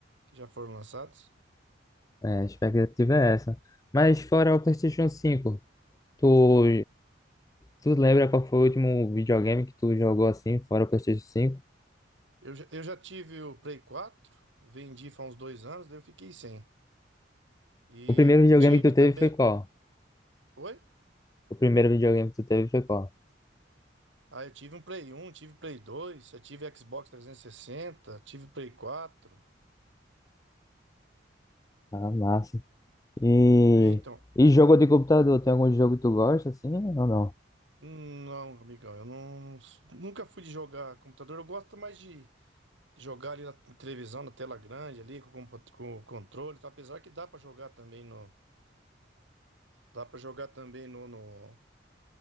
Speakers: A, on the right; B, on the left.
A: que já foram lançados.
B: É, a expectativa é essa. Mas fora o PlayStation cinco tu Tu lembra qual foi o último videogame que tu jogou assim, fora o PlayStation cinco?
A: Eu, já- eu já tive o Play 4, vendi faz uns dois anos, daí eu fiquei sem. E
B: O primeiro videogame
A: tive
B: que tu teve
A: também.
B: foi qual?
A: Oi?
B: O primeiro videogame que tu teve foi qual?
A: Ah, eu tive um Play um, tive Play dois, eu tive Xbox trezentos e sessenta, tive Play quatro.
B: Ah, massa. E,
A: É, então,
B: e jogo de computador? Tem algum jogo que tu gosta assim ou não?
A: hum, não, amigão, eu não, nunca fui de jogar computador. Eu gosto mais de jogar ali na televisão, na tela grande, ali com, o compu- com o controle, tá? Apesar que dá pra jogar também no, dá para jogar também no, no-